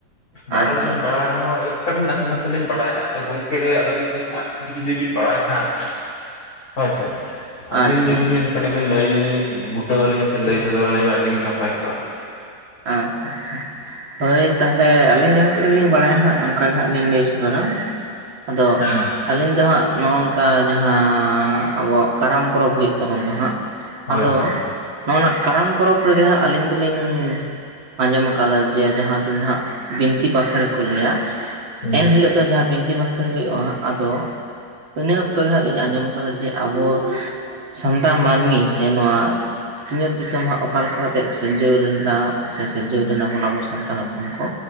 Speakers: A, on the left (about 50°); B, on the right (about 85°).
A: ᱵᱟᱲᱟᱭ
B: ᱟᱪᱪᱷᱟ
A: ᱫᱚᱞᱤᱧ
B: ᱟᱪᱪᱷᱟ
A: ᱵᱟᱲᱟᱭ ᱨᱮᱦᱚᱸ ᱱᱟᱥᱮ ᱱᱟᱥᱮ ᱞᱤᱧ ᱵᱟᱲᱟᱭᱟ ᱟᱫᱚ ᱜᱚᱝᱠᱮ ᱟᱫᱚᱞᱤᱧ <inaudible> ᱡᱩᱫᱤ ᱵᱤᱱ ᱵᱟᱲᱟᱭ ᱠᱷᱟᱱ ᱦᱳᱭ ᱥᱮ ᱟᱹᱵᱤᱱ
B: ᱟᱪᱪᱷᱟ
A: ᱡᱩᱫᱤ
B: ᱟᱪᱪᱷᱟ
A: ᱵᱤᱱ ᱠᱟᱹᱴᱤᱡ ᱵᱤᱱ ᱞᱟᱹᱭ ᱵᱩᱴᱟᱹ ᱟᱹᱞᱤᱧᱟ ᱥᱮ ᱞᱟᱹᱭ ᱥᱚᱫᱚᱨ ᱟᱹᱞᱤᱧᱟ, ᱟᱹᱰᱤᱜ ᱱᱟᱯᱟᱭ ᱠᱚ
B: ᱟᱪᱪᱷᱟ ᱟᱪᱪᱷᱟ ᱦᱳᱭ ᱛᱟᱦᱚᱞᱮ ᱟᱹᱞᱤᱧ ᱡᱟᱦᱟᱸ ᱛᱤᱱᱟᱹᱜ ᱞᱤᱧ ᱵᱟᱰᱟᱭᱟ ᱦᱟᱸᱜ ᱚᱱᱠᱟ ᱜᱮ ᱦᱟᱸᱜ ᱞᱤᱧ ᱞᱟᱹᱭ ᱥᱚᱫᱚᱨᱟ ᱟᱫᱚ
A: <unintelligible>
B: ᱟᱹᱞᱤᱧ ᱫᱚ ᱦᱟᱸᱜ ᱱᱚᱜᱚ ᱱᱚᱝᱠᱟ ᱡᱟᱦᱟᱸ ᱟᱵᱚᱣᱟᱜ ᱠᱟᱨᱟᱢ ᱯᱚᱨᱚᱵᱽ ᱦᱩᱭᱩᱜ ᱛᱟᱵᱚᱱ ᱫᱚ ᱦᱟᱸᱜ
A: ᱦᱳᱭ
B: ᱟᱫᱚ
A: ᱦᱳᱭ
B: ᱱᱚᱜᱚ ᱱᱟᱜ ᱠᱟᱨᱟᱢ ᱯᱚᱨᱚᱵᱽ ᱨᱮᱜᱮ ᱦᱟᱸᱜ ᱟᱹᱞᱤᱧ ᱫᱚᱞᱤᱧ ᱟᱸᱡᱚᱢ ᱟᱠᱟᱫᱟ ᱡᱮ ᱡᱟᱦᱟᱸ ᱫᱤᱱ ᱫᱚ ᱦᱟᱸᱜ ᱵᱤᱱᱛᱤ ᱵᱟᱸᱠᱷᱮᱬ ᱠᱚ ᱞᱟᱹᱭᱟ
A: ᱦᱮᱸ
B: ᱮᱱ ᱦᱤᱞᱳᱜ ᱫᱚ ᱡᱟᱦᱟᱸ ᱵᱤᱱᱛᱤ ᱵᱟᱸᱠᱷᱮᱬ ᱦᱩᱭᱩᱜ-ᱟ ᱟᱫᱚ ᱤᱱᱟᱹ ᱚᱠᱛᱚ ᱜᱮ ᱦᱟᱸᱜ ᱞᱤᱧ ᱟᱸᱡᱚᱢ ᱟᱠᱟᱫᱟ ᱡᱮ ᱟᱵᱚ ᱥᱟᱱᱛᱟᱲ ᱢᱟᱹᱱᱢᱤ ᱥᱮ ᱱᱚᱣᱟ ᱥᱤᱧᱚᱛ ᱫᱤᱥᱚᱢ ᱦᱟᱸᱜ ᱚᱠᱟ ᱞᱮᱠᱟ ᱠᱟᱛᱮᱫ ᱥᱤᱨᱡᱟᱹᱣ ᱞᱮᱱᱟ ᱥᱮ ᱥᱤᱨᱡᱟᱹᱣ ᱞᱮᱱᱟ ᱵᱚᱱ ᱟᱵᱚ ᱥᱟᱱᱛᱟᱲ ᱦᱚᱯᱚᱱ ᱠᱚ